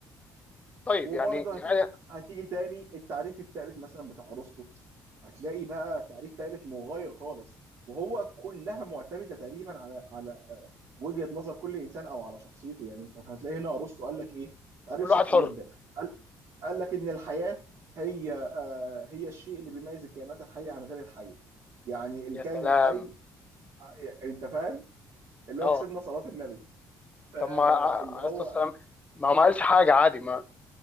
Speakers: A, on the left; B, on the right.
A: طيب
B: وبرضه
A: يعني يعني
B: هتي... هتيجي تاني التعريف التالت مثلا بتاع ارسطو هتلاقي بقى تعريف تالت مغاير خالص وهو كلها معتمده تقريبا على على وجهه نظر كل انسان او على شخصيته يعني انت هتلاقي هنا ارسطو قال لك ايه تعريف
A: كل
B: سطحي
A: واحد حر
B: جدا قال, قال لك ان الحياه هي آه هي الشيء اللي بيميز الكائنات الحيه عن غير الحيه يعني الكائن
A: يا سلام
B: الحي يعني انت فاهم اللي
A: اه
B: هو كسبنا صلاه النبي فاللي
A: طب ما ع-
B: هو
A: عايز السلام ما هو ما قالش حاجه عادي ما